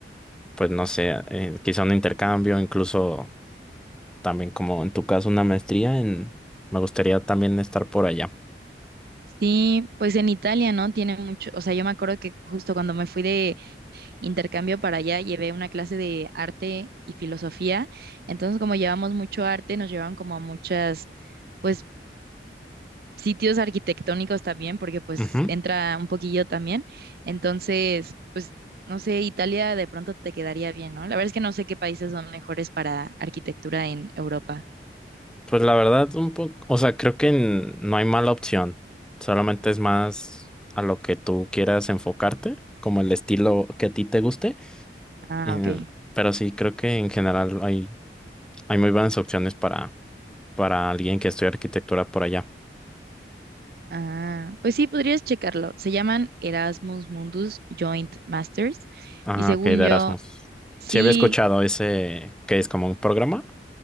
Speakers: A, in the centre; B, on the right (about 55°).
A: pues no sé, eh, quizá un intercambio, incluso también como en tu caso una maestría en, me gustaría también estar por allá.
B: Sí, pues en Italia, ¿no? Tiene mucho, o sea, yo me acuerdo que justo cuando me fui de intercambio para allá, llevé una clase de arte y filosofía. Entonces, como llevamos mucho arte, nos llevaban como a muchas, pues, sitios arquitectónicos también, porque pues
A: Ujú.
B: entra un poquillo también. Entonces, pues, no sé, Italia de pronto te quedaría bien, ¿no? La verdad es que no sé qué países son mejores para arquitectura en Europa.
A: Pues la verdad, un poco, o sea, creo que n- no hay mala opción, solamente es más a lo que tú quieras enfocarte, como el estilo que a ti te guste,
B: Ah,
A: eh,
B: ok.
A: pero sí, creo que en general hay, hay muy buenas opciones para, para alguien que estudia arquitectura por allá.
B: Ah, pues sí, podrías checarlo. Se llaman Erasmus Mundus Joint Masters
A: Ah,
B: y según
A: ok, de
B: yo,
A: Erasmus.
B: sí.
A: Sí había escuchado ese, que es como un programa.